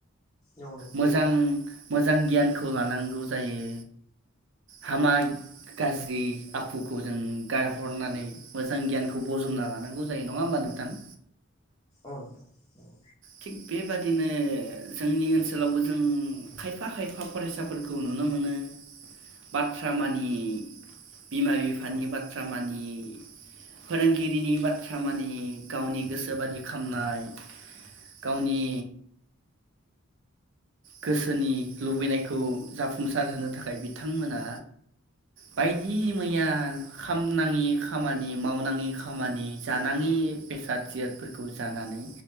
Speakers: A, on the left; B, on the right.
A: औ नोंथां औ नोंथां
B: मोजां मोजां गियानखौ लानांगौ जायो हामा गाज्रि आखुखौ जों गारहरनानै मोजां गियानखौ बजबना लानांगौ जायो नङा होमबा नोंथां?
A: औ नोंथां औ
B: थिग बेबादिनो जोंनि ओनसोलावबो जों खायफा खायफा फरायसाफोरखौ नुनो मोनो बाथ्रा मानियि। बिमा बिफानि
A: औ नोंथां
B: बाथ्रा मानियि। फोरोंगिरिनि बाथ्रा मानियि गावनि गोसो बादि खामनाय। गावनि गोसोनि लुबैनायखौ जाफुंसार होनो थाखाय बिथांमोना बायदि मैया खामनाङि खामानि मावनाङि खामानि जानाङि बेसाद जिरादफोरखौ जानानै